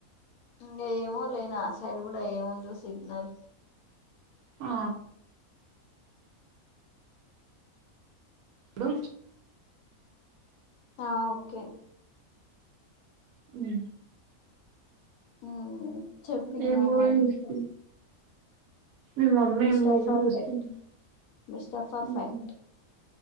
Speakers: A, on the left; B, on the right.
A: ఇంకా ఏమో లే నా సైడ్ కూడా ఏముందో సిగ్నల్
B: ఆ ఇప్పుడు
A: ఆ ఓకే
B: ఉమ్
A: ఉమ్ చెప్పింగా
B: ఏ మూవీ
A: మరి
B: చూస్తు
A: ఇంకా
B: మీ మమ్మీ
A: మిస్టర్
B: ఏమో మూవి
A: పర్ఫెక్ట్
B: చూస్తుంది
A: మిస్టర్ పర్ఫెక్ట్
B: ఉహూ